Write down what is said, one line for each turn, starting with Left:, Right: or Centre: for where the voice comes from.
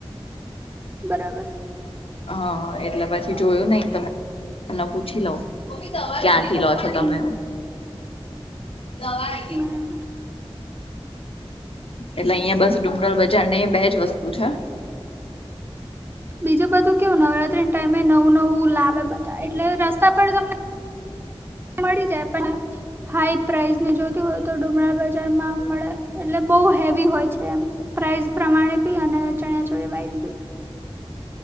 Right: બરાબર.
Left: હા, એટલે પછી જોયું નઈ તમે તને પૂછી લઉ, ક્યાંથી લો છો તમે?
Right: હમ
Left: દવાઈ.
Right: બરાબર
Left: એટલે અહિયાં બસ ડુમરાળ બજાર ને બે જ વસ્તુ છે.
Right: બીજું બધું કેવું નવરાત્રી ટાઈમે નવું નવું લાવે એટલે રસ્તા પર તમને મળી જાય પણ હાઈ પ્રાઈસ ની જોતી હોય તો ડુમરાળ બજારમાં મળે એટલે બહુ હેવી હોય છે એમ પ્રાઇઝ પ્રમાણે ભી અને ચણીયા ચોણી વાઈઝ બી